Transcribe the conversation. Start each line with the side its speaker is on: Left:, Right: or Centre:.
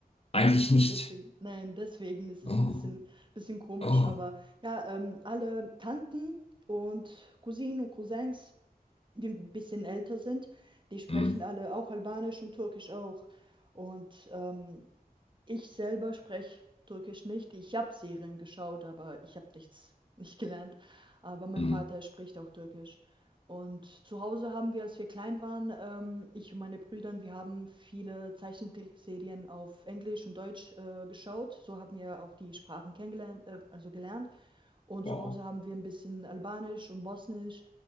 Left: Eigentlich
Right: Nicht so,
Left: nicht.
Right: deswegen, nein, deswegen ist es
Left: Oh,
Right: ein bisschen, bisschen komisch,
Left: oh,
Right: aber ja, ähm, alle Tanten und Cousinen und Cousins, die ein bisschen älter sind, die sprechen
Left: mm,
Right: alle auch Albanisch und Türkisch auch. Und ähm, ich selber spreche Türkisch nicht. Ich habe Serien geschaut, aber ich habe nichts <laughs> nicht gelernt. Aber mein
Left: mm,
Right: Vater spricht auch Türkisch. Und zu Hause haben wir, als wir klein waren, ähm, ich und meine Brüder, wir haben viele Zeichentrickserien auf Englisch und Deutsch äh, geschaut. So haben wir auch die Sprachen kennengelernt, äh, also gelernt. Und
Left: wow,
Right: zu Hause haben wir ein bisschen Albanisch und Bosnisch